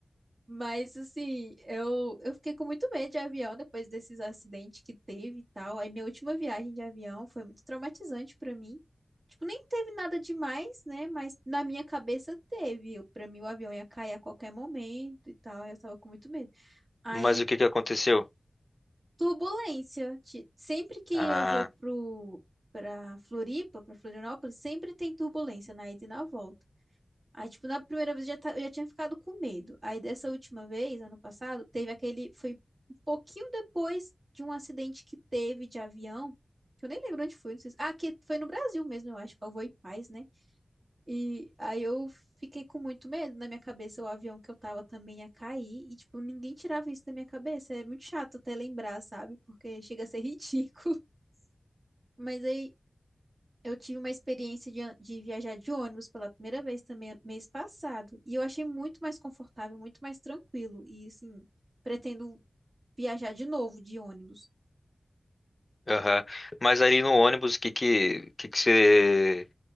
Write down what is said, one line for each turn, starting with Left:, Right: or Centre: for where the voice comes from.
Right: Mas assim, eu, eu fiquei com muito medo de avião depois desses acidentes que teve e tal. Aí minha última viagem de avião foi muito traumatizante pra mim. Tipo, nem teve nada demais, né? Mas na minha cabeça teve. Eu- Pra mim o avião ia cair a qualquer momento e tal. aí Eu tava com muito medo. Aí,
Left: Mas o que que aconteceu?
Right: turbulência. Ti- Sempre que
Left: Ah,
Right: eu vou pro pra Floripa, pra Florianópolis, sempre tem turbulência na ida e na volta. Aí, tipo, na primeira vez eu já, ta- eu já tinha ficado com medo. Aí, dessa última vez, ano passado, teve aquele. Foi um pouquinho depois de um acidente que teve de avião, que eu nem lembro onde foi, não sei se... Ah, que foi no Brasil mesmo, eu acho, que foi e Paz, né? E aí eu fiquei com muito medo. Na minha cabeça, o avião que eu tava também ia cair. E, tipo, ninguém tirava isso da minha cabeça. É muito chato até lembrar, sabe? Porque chega a ser ridículo. <laughs> Mas aí eu tive uma experiência de, an- de viajar de ônibus pela primeira vez também mês passado, e eu achei muito mais confortável, muito mais tranquilo, e assim, pretendo viajar de novo de ônibus.
Left: aham. Mas ali no ônibus, o que que, que que você